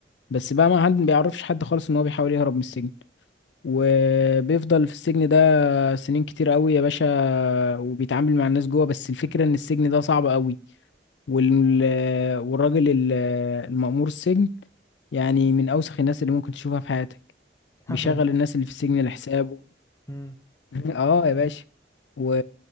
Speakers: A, on the left (about 75°); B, on the left (about 15°).
A: بس بقى ما حد ما بيعرفش حد خالص ان هو بيحاول يهرب من السجن وبيفضل في السجن ده سنين كتير قوي يا باشا وبيتعامل مع الناس جوه بس الفكرة ان السجن ده صعب قوي وال... والراجل ال- المأمور السجن يعني من اوسخ الناس اللي ممكن تشوفها في حياتك
B: <laughs>
A: بيشغل
B: تمام
A: الناس اللي في السجن لحسابه
B: امم
A: <laughs> اه يا باشا و...